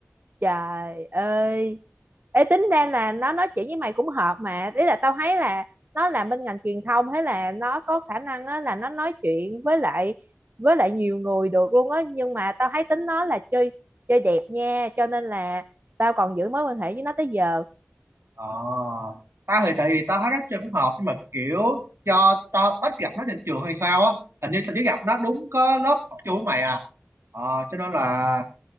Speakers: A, on the right; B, on the right.
A: trời ơi ê tính ra là nó nói chuyện với mày cũng hợp mà ý là tao thấy là nó làm bên ngành truyền thông hay là nó có khả năng á là nó nói chuyện với lại với lại nhiều người được luôn á nhưng mà tao thấy tính nó là chơi chơi đẹp nha cho nên là tao còn giữ mối quan hệ với nó tới giờ
B: ờ tao thì tại vì tao thấy rất chơi cũng hợp nhưng mà kiểu cho tao ít gặp nó trên trường hay sao á hình như tao chỉ gặp nó đúng có lớp học chung với mày à ờ cho nên là